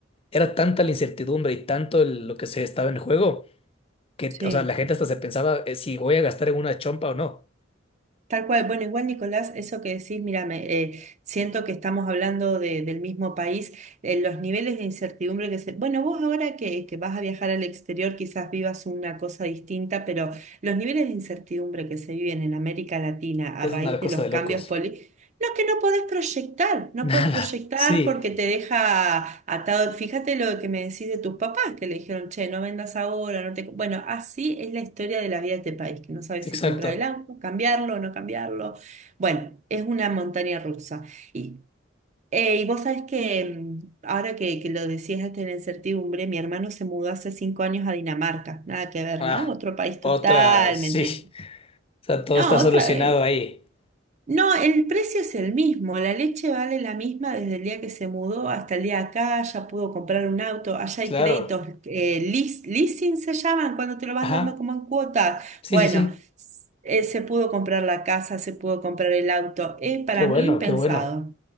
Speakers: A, on the left; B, on the right.
A: era tanta la incertidumbre y tanto el- lo que se estaba en juego que,
B: Sí.
A: o sea, la gente hasta se pensaba eh, si voy a gastar en una chompa o no.
B: Tal cual. Bueno, igual Nicolás, eso que decís, mira, me, eh, siento que estamos hablando de- del mismo país, eh, los niveles de incertidumbre que se... Bueno, vos ahora que, que vas a viajar al exterior quizás vivas una cosa distinta, pero los niveles de incertidumbre que se viven en América Latina
A: Es
B: a raíz
A: una
B: de
A: cosa
B: los
A: de
B: cambios
A: locos.
B: no, es que no podés proyectar, no
A: <laughs> Nada,
B: podés proyectar
A: sí,
B: porque te deja atado. Fíjate lo que me decís de tus papás, que le dijeron, che, no vendas ahora, no te... co-". Bueno, así es la historia de la vida de este país, que no sabes
A: exacto.
B: si comprar el auto, cambiarlo, no cambiarlo. Bueno, es una montaña rusa. Y, eh, y vos sabés que mm, ahora que, que lo decías hasta en la incertidumbre, mi hermano se mudó hace cinco años a Dinamarca, nada que ver,
A: Ah,
B: ¿no? Otro país
A: otra,
B: totalmente.
A: sí. O sea, todo
B: No,
A: está solucionado
B: otra. eh,
A: ahí.
B: no, el precio es el mismo, la leche vale la misma desde el día que se mudó hasta el día acá, ya pudo comprar un auto, allá
A: Claro.
B: hay créditos, eh, leas- leasing se llaman, cuando te lo van
A: Ajá.
B: dando como en cuotas.
A: Sí,
B: Bueno,
A: sí, sí.
B: s- eh, se pudo comprar la casa, se pudo comprar el auto, es para
A: Qué bueno,
B: mí pensado.
A: qué bueno.